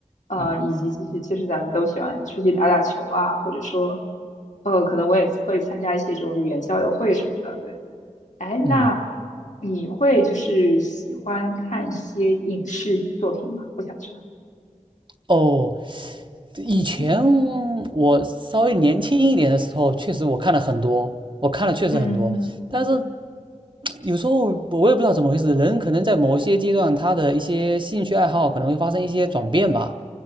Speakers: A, on the left; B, on the right.
A: 呃，
B: 嗯
A: 以及其实其实咱们都喜欢出去打打球啊，或者说呃，可能我也会参加一些这种语言交流会什么的，对。哎，
B: 嗯，
A: 那你会就是喜欢看一些影视作品吗？我想知道。
B: 哦，以前
A: 嗯
B: 我稍微年轻一点的时候，确实我看了很多，我看了确实很多，
A: 嗯
B: 但是有时候我也不知道怎么回事，人可能在某些阶段，他的一些兴趣爱好可能会发生一些转变吧。